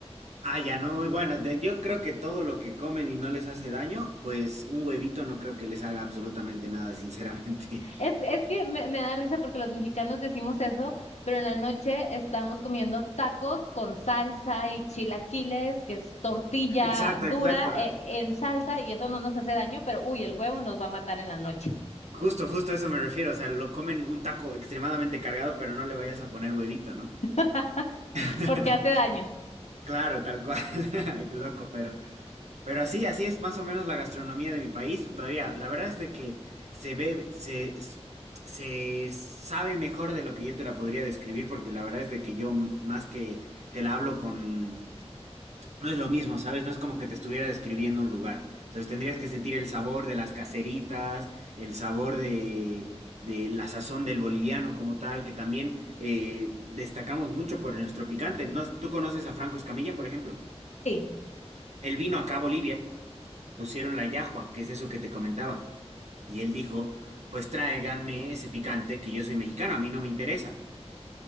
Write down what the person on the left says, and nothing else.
Es, es que me, me da risa porque los mexicanos decimos eso, pero en la noche estamos comiendo tacos con salsa y chilaquiles, que es tortilla
dura
eh, en salsa y eso no nos hace daño, pero uy, el huevo nos va a matar en la noche
<laughs>
porque hace daño.
Sí.